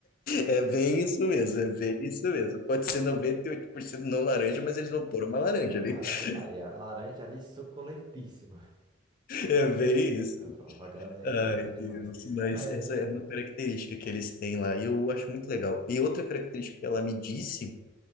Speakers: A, on the left (about 45°); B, on the right (about 25°).
A: É bem isso mesmo, é bem isso mesmo. Pode
B: Muito
A: ser 98%
B: bem.
A: não laranja, mas eles vão pôr uma laranja
B: Uma
A: ali.
B: laranja
A: <laughs>
B: lá, e a laranja ali suculentíssima.
A: É bem isso.
B: A propaganda
A: Ai,
B: enganosa é
A: Deus.
B: demais.
A: Mas
B: Mas
A: essa é uma característica que eles têm lá e eu acho muito legal. E outra característica que ela me disse